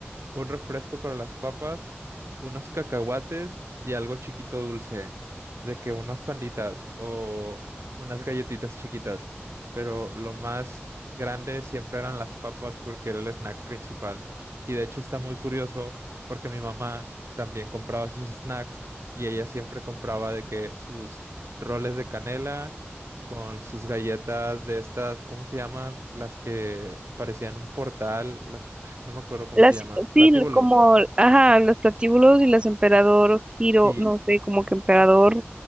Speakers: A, on the right (about 80°); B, on the right (about 25°).
A: un refresco para las papas, unos cacahuates y algo chiquito dulce, de que unas panditas o unas galletitas chiquitas. Pero lo más grande siempre eran las papas porque era el snack principal. Y de hecho está muy curioso porque mi mamá también compraba sus snacks y ella siempre compraba de que sus roles de canela con sus galletas de estas, ¿cómo se llaman? Las que parecían un portal, las no me acuerdo cómo
B: Las,
A: se llaman,
B: sí,
A: platíbulos.
B: como, ajá, los platíbulos y las emperador, giro,
A: Sí,
B: no sé, como que emperador,